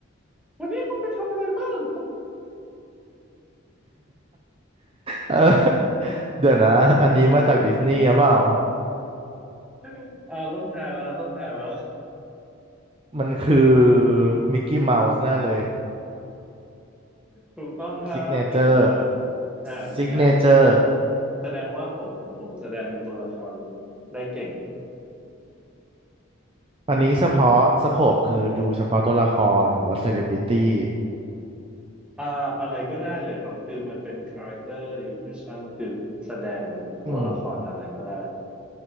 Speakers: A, in the centre; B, on the right.
A: วันนี้คุณไปทำอะไรบ้าง
B: เออ <laughs> เดี๋ยวนะ อันนี้มาจากดิสนีย์หรือเปล่า
A: <laughs> อ่าต้องถ่ายแล้วต้องถ่ายแล้ว
B: มันคือมิกกี้เมาส์แน่เลย
A: ถูกต้องครับเก่งมาก
B: ซิกเนเจอร์
A: อ่าจริงนะ
B: ซิกเนเจอร์
A: แสดงว่าผมผมแสดงเป็นตัวละครได้เก่ง
B: อันนี้เฉพาะสโคปคือดูเฉพาะตัวละครหรือว่าเซเลบริตี้
A: อ่าอะไรก็ได้เลยครับคือมันเป็น character impression คือแสดงเป็นตัวละครอะไรก็ได้
B: อืม